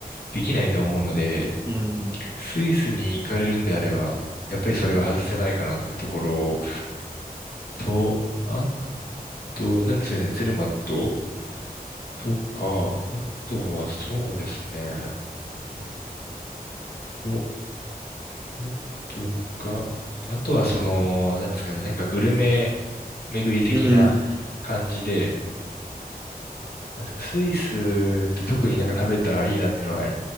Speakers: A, on the left; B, on the right.
A: できないと思うので、
B: うん。
A: スイスに行かれるんであれば、やっぱりそれは外せないかなってところと、あと、なんで先生、ツェルマットとか、あとはそうですね。うんと、あとが、あとはその、なんですかね、なんかグルメ巡り的な感じで、
B: うん。
A: なんですか、スイスで特になんか食べたらいいなっていうのは、